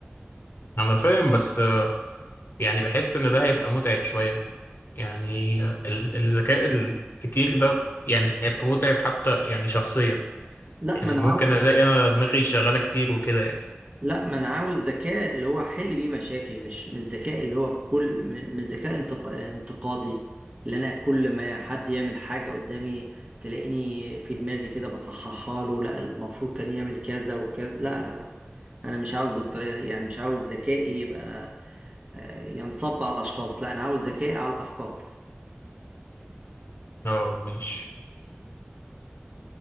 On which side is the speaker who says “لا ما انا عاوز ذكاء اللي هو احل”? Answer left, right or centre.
Right